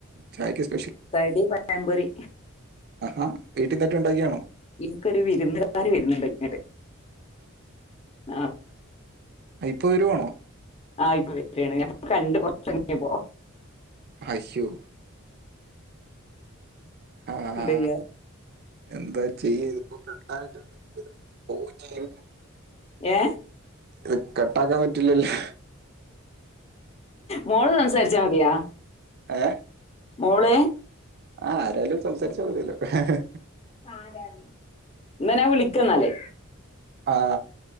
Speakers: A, on the right; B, on the left.
A: ചായക്ക് സ്
B: കടി പയംമ്പൊരി
A: ആ വീട്ടിന്നറ്റ ഉണ്ടാക്കിയാണോ
B: ഇൻക്കൊര് വിരിന്ന്ക്കാര് വര്ന്ന് ണ്ട് ഇങ്ങട്ട് ആ
A: അയ് ഇപ്പൊ വരുവാണോ
B: ആ ഇപ്പൊ വര് ആണ് ഞാ ഇപ്പ കണ്ട് കുറച്ചങ്ങത്തിയപ്പോ
A: ഹയ്ശോ ആ
B: എന്താ
A: ആ
B: ചെയ്യാ
A: എന്താ ചെയ്യതിപ്പ കട്ടായിട്ടണ്ടെങ്കിലിത് പോവും ചെയ്യും
B: ഏ
A: ഇത് കട്ടാക്കാൻ പറ്റില്ലല്ലോ
B: മോള് സംസാരിച്ചാ മതിയാ
A: ഏ
B: മോള്
A: ആ ആരാലും സംസാരിച്ച മതിയല്ലോ ഹെ ഹെ
B: ആരാണ് ഇന്ന ഞാൻ വിളിക്ക ന്നാല്
A: ആ